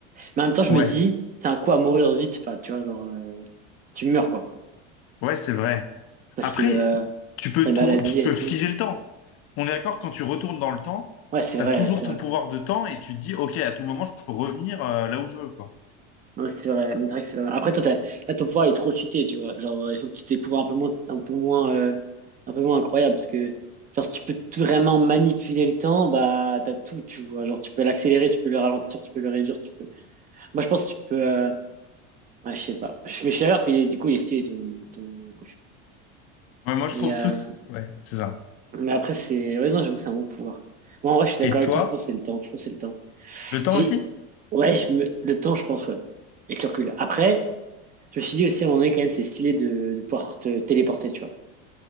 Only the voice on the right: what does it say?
Mais en même temps, je
me dis, c'est un coup à mourir vite. Enfin, tu vois, genre, euh, tu meurs, quoi.
Parce
que euh,
t'as une
maladie
et tout.
Ouais, c'est vrai,
c'est
vrai.
Ouais, c'est vrai. Mais c'est vrai que c'est pas mal. Après, toi, t'as- là, ton pouvoir il est trop cheaté, tu vois. Genre, euh, il faut que tu aies des pouvoirs un peu moins, un peu moins, euh, un peu moins incroyables. Parce que, genre, si tu peux tout vraiment manipuler le temps, bah, t'as tout, tu vois. Genre, tu peux l'accélérer, tu peux le ralentir, tu peux le réduire, tu peux. Moi, je pense que tu peux. euh, Ouais, je sais pas. Je, mais je suis d'accord qu'il est, du coup, il est stylé, ton, ton...
Mais,
euh,
Mais après, c'est. Ouais, non, j'avoue que c'est un bon pouvoir. Moi, en vrai, je suis d'accord
avec
toi, je pense que c'est le temps. Je pense que c'est le temps.
J'ai.
Ouais, je me... le temps, je pense, ouais. Avec le recul. Après, je me suis dit aussi, à un moment donné, quand même, c'est stylé de, de pouvoir te téléporter, tu vois.